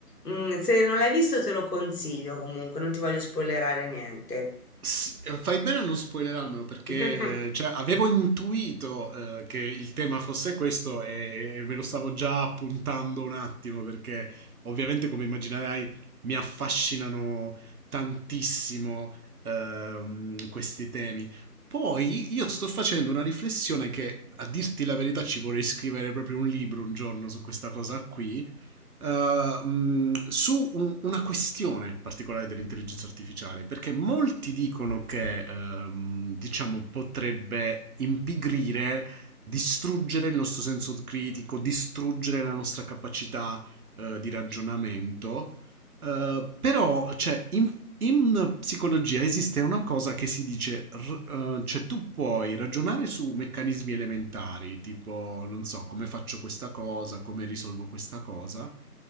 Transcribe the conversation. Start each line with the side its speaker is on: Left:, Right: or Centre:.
Left: Mm, se non l'hai visto te lo consiglio comunque, non ti voglio spoilerare niente.
Right: S- Fai bene a non spoilerarmelo perché
Left: <laughs>
Right: eh, già avevo intuito eh, che il tema fosse questo e, e ve lo stavo già appuntando un attimo perché ovviamente come immaginerai mi affascinano tantissimo ehm, questi temi. Poi io sto facendo una riflessione che a dirti la verità ci vorrei scrivere proprio un libro un giorno su questa cosa qui eh, mh, su un- una questione particolare dell'intelligenza artificiale, perché molti dicono che, ehm, diciamo, potrebbe impigrire, distruggere il nostro senso critico, distruggere la nostra capacità eh, di ragionamento. Eh, però, cioè, in in psicologia esiste una cosa che si dice, r- eh, cioè tu puoi ragionare su meccanismi elementari, tipo non so come faccio questa cosa, come risolvo questa cosa,